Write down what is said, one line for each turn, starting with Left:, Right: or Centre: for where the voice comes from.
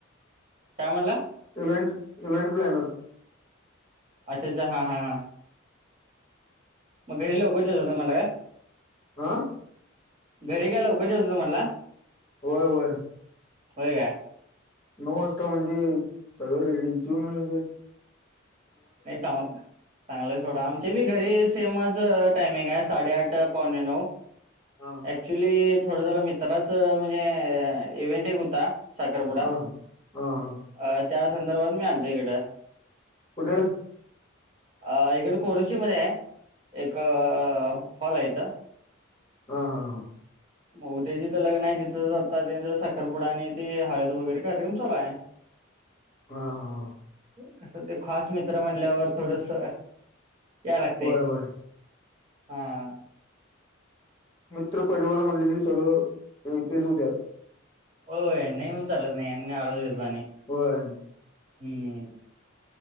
Right: काय म्हणला
Left: इवहेंट इवहेंट प्लॅनर
Right: अच्ा अच्ा हा हा हा मग घरी लवकर दात हों मला काय
Left: आह
Right: घरी गयलावकरच होतो तुम्हाला
Left: होय होय
Right: हो का
Left: नऊ वाजता म्हणजे सगळं रेडी जऊन म्ह
Right: नाही चांगलं चांगलेचोडा आमचे बी घरी सेमच टायमिंग आहे साडेआठ पावणे नऊ
Left: हा
Right: क्च्युली थोडा जरा मित्राच म्हणजे इव्हेंट एक होता साखरपुडा
Left: हा हा हा
Right: अ त्या संदर्भात मी आलतो इकडं
Left: कुठे
Right: अ इकडे कोरुची मध्ये आहे एक हॉल आहेथ
Left: हा हा हा
Right: मग उद्याचीं लग्न आहे तिथंच आता त्यांचं साखरपुडा आणि ते हळद वगैरे कार्यक्रम चचाला आहे <inaudible>
Left: हा हा हा
Right: कसं ते खास मित्र म्हणल्यावर थोडस यालगते
Left: व्हय व्हय
Right: हा
Left: मित्र पररिवार म्हणले ते सगळं ते तेच होत्या
Right: हो नाही मण चालत नाही आरो देत आणि
Left: व्हय
Right: हम्म